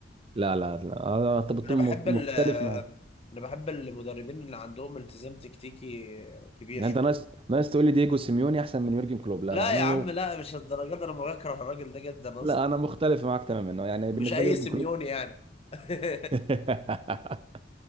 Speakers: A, on the right; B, on the left.
A: لا لا لا انا طب طب
B: انا بحب ال
A: مختلف معاك
B: انا بحب المدربين اللي عندهم التزام تكتيكي كبير
A: يعني
B: شوية.
A: انت ناس ناس تقول لي دييجو سيميوني احسن من يورجن كلوب لا
B: لا
A: لا انا
B: يا
A: <laughs>
B: عم لا مش الدرجات دي، انا بكره الراجل ده جدا
A: لا
B: اصلا
A: انا مختلف معاك تماما يعني
B: مش
A: بالنسبه
B: اي
A: لي يورجن
B: سيميوني
A: كلوب
B: يعني <laughs>
A: <laughs>